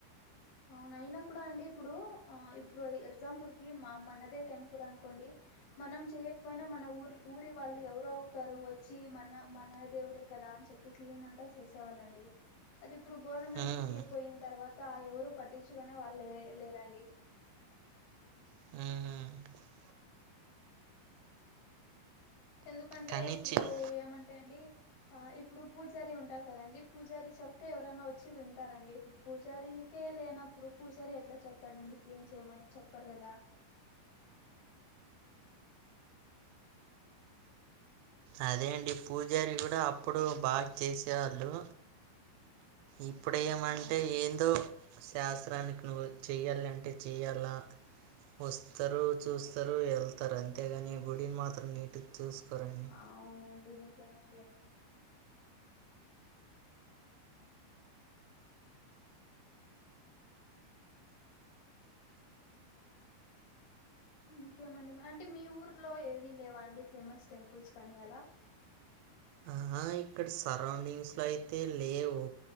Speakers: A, on the left (about 80°); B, on the right (about 90°).
A: అవునైనా కూడా అండి ఇప్పుడు ఎగ్జాంపుల్ కి మనదే టెంపుల్ అనుకోండి మనం చేయకపోయినా మన ఊరు ఊరి వాళ్ళు ఎవరో ఒకరు వచ్చి మన మన దేవుడే కదా అని చెప్ క్లీన్ అంతా చేసేవాళ్లండి ఇప్పుడు గవర్నమెంట్
B: హ్మ్,
A: కి పోయిన తర్వాత ఎవరు పట్టించుకునే వాళ్లు లేరండి
B: హుంహు
A: ఎందుకంటే
B: కానీ
A: ఇప్పుడు
B: చిన్న
A: ఏమంటే అండి ఆ ఇప్పుడూ పూజారి ఉంటారు కదండి పూజారి చెప్తే ఎవరైనా వచ్చి వింటారండీ పూజారికే లేనప్పుడు పూజారి ఎట్లా చెప్తాడు అండి క్లీన్ చేయమని చెప్పరు కదా
B: అదేంటి పూజారి కూడా అప్పుడు బాగు చేసే వాళ్ళు ఇప్పుడేమంటే
A: అవు
B: ఏందో శాస్త్రానికి నువ్వు చెయ్యాలంటే చేయాలా వస్తారు చూస్తారు వెళ్తరు అంతేగాని గుడిని మాత్రం నీటిగా చూసుకోరు అండి
A: అవునండి నిజంమండి అదే ఇంకేమండి మరి అంటే మీ ఊర్లో ఏమీ లేవండి ఫేమస్ టెంపుల్స్ కానీ అలా
B: ఆ ఇక్కడ సరౌండింగ్ అయితే లేవు